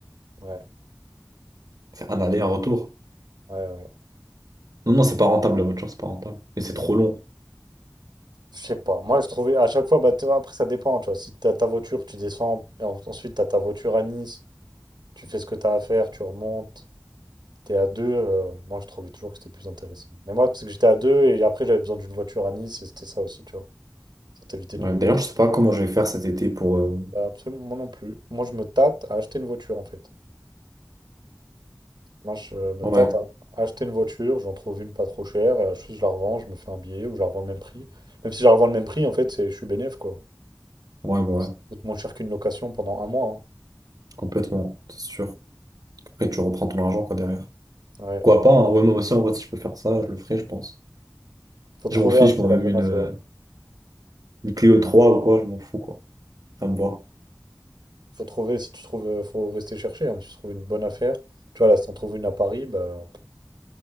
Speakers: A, on the right (about 80°); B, on the right (about 55°).
A: Ouais,
B: C'est un aller, un retour.
A: ouais, ouais.
B: Non, non, c'est pas rentable, la voiture, c'est pas rentable. Et c'est trop long.
A: Je sais pas. Moi, je trouvais à chaque fois, bah, tu vois, après, ça dépend. Tu vois, si t'as ta voiture, tu descends. et en- ensuite, t'as ta voiture à Nice. Tu fais ce que t'as à faire, tu remontes. T'es à deux, euh, moi je trouvais toujours que c'était plus intéressant. Mais moi, parce que j'étais à deux et après j'avais besoin d'une voiture à Nice et c'était ça aussi, tu vois. Ça t'évitait
B: Ouais,
A: de louer.
B: D'ailleurs, je sais pas comment je vais faire cet été pour... euh,
A: Bah, absolument, moi non plus. Moi je me tâte à acheter une voiture en fait. Moi je me
B: Ouais,
A: tâte à acheter une voiture, j'en trouve une pas trop chère, euh, juste je la revends, je me fais un billet ou je la revends le même prix. Même si je la revends le même prix, en fait, c'est, je suis bénéf quoi.
B: ouais, bah ouais.
A: Ça coûte moins cher qu'une location pendant un mois.
B: Complètement, c'est sûr. Après, tu reprends ton argent, quoi, derrière.
A: hein. Ouais.
B: Pourquoi pas, hein. Ouais, moi aussi, en vrai, si je peux faire ça, je le ferai, je pense.
A: Faut trouver
B: Je m'en fiche,
A: après
B: moi, même
A: la bonne
B: une,
A: affaire.
B: euh, une Clio 3 ou quoi, je m'en fous, quoi. Ça me va.
A: Faut trouver, si tu trouves, euh, faut rester chercher. hein, mais si tu trouves une bonne affaire, tu vois, là, si t'en trouves une à Paris, bah,